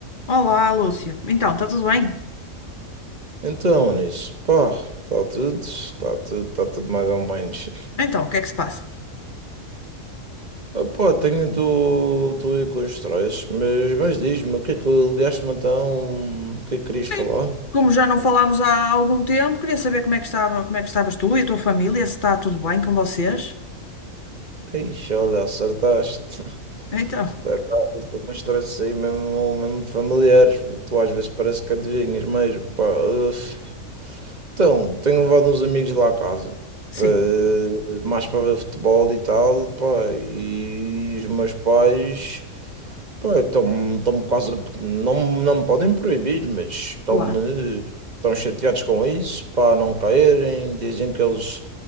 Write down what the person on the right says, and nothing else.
Então, Anis, pá, está tudo, está tudo, está tudo mais ou menos.
Ah, Pá, tenho, estou aí com estresse, mas, mas diz-me, o que é que ligaste-me então? O que é que querias falar?
Ixi, olha, acertaste. <laughs>
Por acaso, Estou com estresse aí, mesmo, mesmo familiares, tu às vezes parece que adivinhas mesmo, pá. uf. Então, tenho levado uns amigos lá a casa.
pá, Mais para ver futebol e tal, pá, e os meus pais. Pô, estão-me quase. Não, não me podem proibir, mas estão-me.
Estão chateados com isso, para não caírem. Dizem que eles